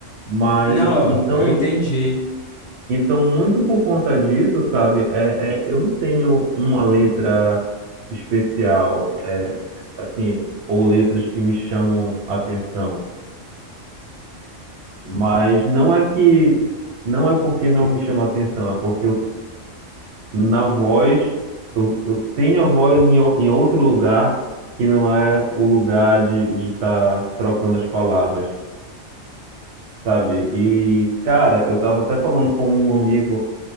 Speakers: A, on the right; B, on the left.
A: mas
B: Não,
A: então,
B: eu entendi,
A: então muito por conta disso, sabe? É, é, eu não tenho uma letra especial, assim, ou letras que me chamam a atenção. Mas não é que não é porque não me chama atenção, é porque eu, na voz eu, eu tenho a voz em, ou- em outro lugar que não é o lugar de de estar trocando as palavras, sabe? E cara, eu tava até falando com um amigo